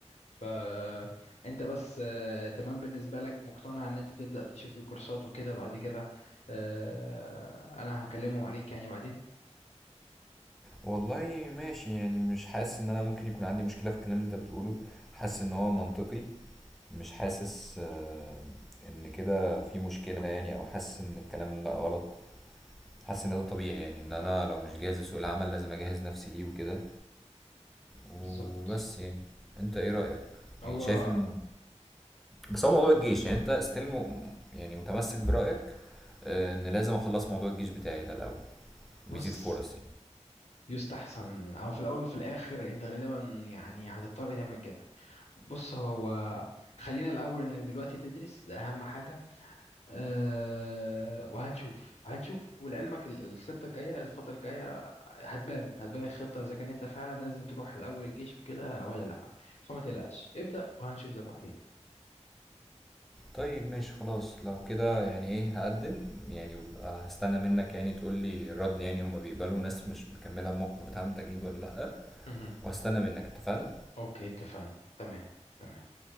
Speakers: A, on the left (about 65°); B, in the centre.
A: فانت بس آه، تمام بالنسبة لك مقتنع ان انت تبدأ تشوف الكورسات وكده بعد كده آه، انا هكلمهم عليك يعني بعدين
B: والله ماشي يعني مش حاسس ان انا ممكن يكون عندي مشكلة في الكلام اللي انت بتقوله حاسس ان هو منطقي مش حاسس آه، ان كده في مشكلة يعني او حاسس ان الكلام لا غلط حاسس ان ده طبيعي يعني ان انا لو مش جاهز لسوق العمل لازم اجهز نفسي ليه وكده وبس
A: بالظبط
B: يعني انت ايه رأيك
A: هو
B: يعني شايف ان بس هو موضوع الجيش يعني انت ستيل م... يعني متمسك برأيك آه، ان لازم اخلص موضوع الجيش بتاعي ده الاول بيزيد
A: بص
B: فرص
A: يستحسن او في الاول وفي الاخر انت غالبا يعني هتضطر تعمل كده بص هو خلينا الاول انك دلوقتي تدرس ده اهم حاجة أه وهنشوف هنشوف ولعلمك ال- الخطة الجاية الفترة الجاية هتبان هتبان الخطة إذا كان أنت فعلا لازم تروح الأول الجيش وكده ولا لأ فما تقلقش ابدأ وهنشوف ده بعدين
B: طيب ماشي خلاص لو كده يعني ايه هقدم يعني وابقى هستنى منك يعني تقول لي الرد يعني هما بيقبلوا ناس مش مكملة الموقف بتاع التجنيد ولا لأ
A: مهم.
B: وهستنى منك اتفقنا
A: أوكي اتفقنا تمام تمام